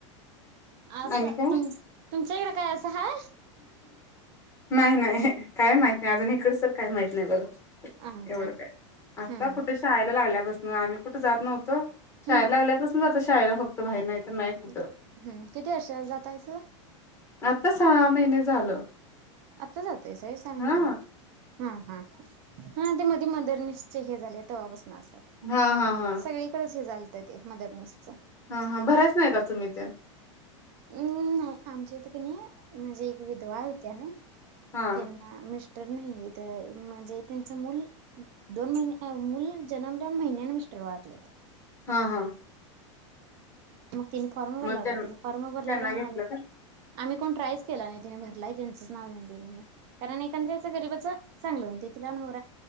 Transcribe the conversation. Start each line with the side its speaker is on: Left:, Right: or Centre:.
Right: असं
Left: आणि काय
Right: तुम तुमच्या इकडें काय असं आहे?
Left: नाही नाही हे काय माहित नाही अजून इकडच. काय माहित नाही बघा.
Right: अ
Left: एवढं
Right: हा
Left: काय आता
Right: हम्म
Left: कुठे शाळेला लागल्यापासून म आम्ही कुठे जात नव्हतो, शाळेला
Right: हम्म
Left: लागल्यापासून जात शाळेला फक्त बाहेर नाही तर नाही कुठं
Right: हम्म किती वर्ष झाल जातायस?
Left: आता सा महिने झालं.
Right: आता जातोय सहा महिने
Left: हा
Right: झाला. हा हा हा ते मधी मदरनेसचे हे झालेय तवापासन.
Left: हा हा हा
Right: सगळीकडे हे झा ते मदरनेसच.
Left: हा हा भरायच नाही का तुम्ही तेन?
Right: हम्म नाही आमच्या इथ कणी नाही म्हणजे एक विधवा होत्या नाही,
Left: हा
Right: त्यांना मि र नाही म्हणजे त्यांच मूल दोन महिन मूल जन्मल्यावर महिन्यान मिस्टर वारलेत.
Left: हा हा.
Right: मग तेनी फॉर्म भरला
Left: मग
Right: होता.
Left: त्यां
Right: तेनी फॉर्म भरला
Left: त्यांना
Right: होता
Left: घेतलं
Right: आम्ही
Left: का?
Right: आम्ही कोण ट्रायच गेला नाही तीन भरलाय त्यांचाच नाव येऊदे म्हणून कारण एखाद्याच गरीबच चांगल होऊदे. तिला नवरा ना